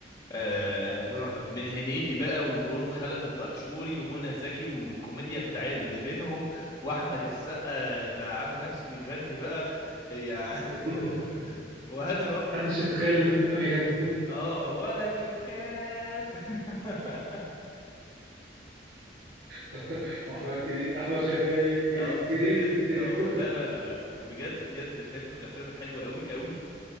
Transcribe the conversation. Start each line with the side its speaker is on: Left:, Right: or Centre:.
Left: آه،
Right: اه
Left: من هنيدي بقى ودوره في خلف الدهشوري ومنى زكي والكوميديا بتاع اللي بينهم واحمد السقا اللي عامل نفسه بيغني بقى يعني
Right: <laughs>
Left: <laughs> وهاني رمزي
Right: محدش
Left: في
Right: يتخيل
Left: ال
Right: ان السقا بيغني
Left: اه ولا بنخاف <laughs>
Right: <laughs> واحمر كري احمر شفايف كريس
Left: اه اكسكيوريز
Right: كريس كريس
Left: اه لا لا لا لا بجد بجد فيلم من الافلام الحلوه قوي قوي